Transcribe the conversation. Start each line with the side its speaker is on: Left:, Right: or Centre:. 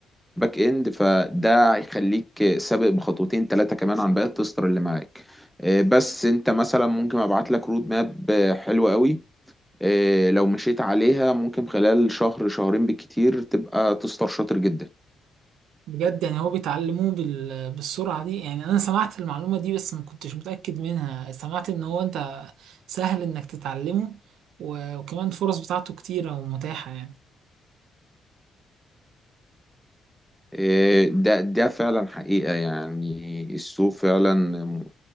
Centre: الباك اند فده هيخليك سابق بخطوتين ثلاثه كمان عن باقي التستر اللي معاك آه، بس انت مثلا ممكن ابعت لك رود ماب آه، حلوه قوي آه، لو مشيت عليها ممكن خلال شهر شهرين بالكتير تبقى تستر شاطر جدا
Right: بجد يعني هو بيتعلموه بال- بالسرعه دي يعني انا سمعت المعلومه دي بس ما كنتش متاكد منها سمعت ان هو انت سهل انك تتعلمه و- وكمان الفرص بتاعته كتيره ومتاحه يعني
Centre: آه، ده ده فعلا حقيقة يعني السوق فعلا